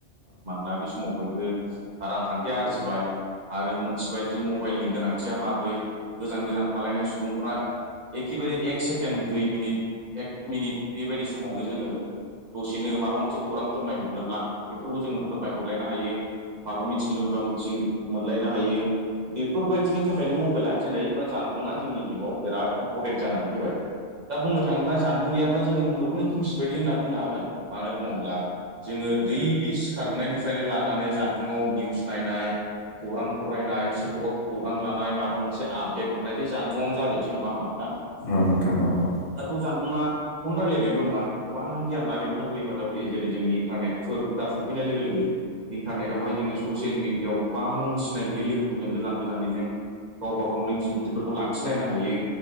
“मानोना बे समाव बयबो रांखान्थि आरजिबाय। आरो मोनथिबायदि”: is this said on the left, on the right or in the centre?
Right